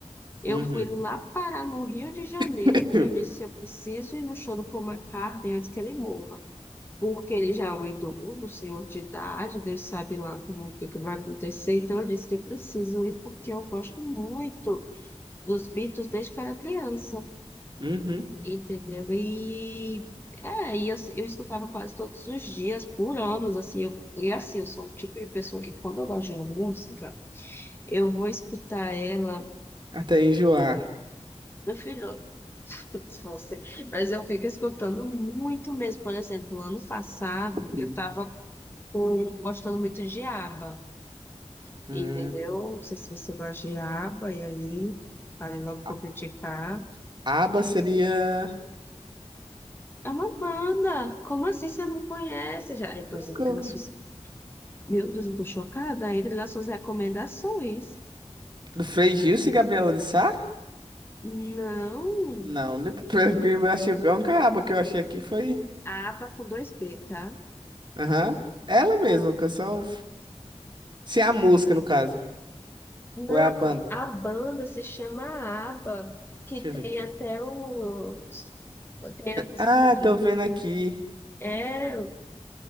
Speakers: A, on the left; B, on the right.
A: Eu
B: Uhum.
A: fui lá parar no Rio de Janeiro,
B: <laughs>
A: porque eu disse, eu preciso ir no show do Paul McCartney antes que ele morra. Porque ele já é um idoso, um senhor de idade, Deus sabe lá como o que que vai acontecer. Então eu disse que eu preciso ir, porque eu gosto muito dos Beatles desde que eu era criança.
B: Uhum.
A: Entendeu? E, é, e eu, eu escutava quase todos os dias, por anos, assim, eu, e assim, eu sou o tipo de pessoa que, quando eu gosto de uma música, eu vou escutar ela,
B: Até enjoar.
A: meu filho, <laughs> se fosse, mas eu fico escutando muito mesmo, por exemplo, ano passado,
B: Sim.
A: eu tava gostando muito de ABBA,
B: Hum.
A: entendeu? Não sei se você gosta de ABBA, e aí, falei logo por
B: A-
A: criticar,
B: ABBA seria.
A: é uma banda, como assim você não conhece? Já, depois
B: Nunca...
A: entra
B: ouvi.
A: na sua Meu Deus, eu tô chocada. Entre nas suas recomendações.
B: Do Frei Gilson e Gabriela de Sá?
A: Não.
B: Não, depois, <laughs> porque eu achei, a única aba que eu achei aqui foi.
A: Aba com dois B, tá?
B: Aham. Ela mesma, canção. Se é a música, no caso.
A: Não,
B: Ou é a banda.
A: a banda se chama ABBA, que
B: Deixa
A: tem
B: eu ver aqui.
A: até os. Tem a nossa
B: Ah,
A: gig.
B: tô vendo aqui.
A: É,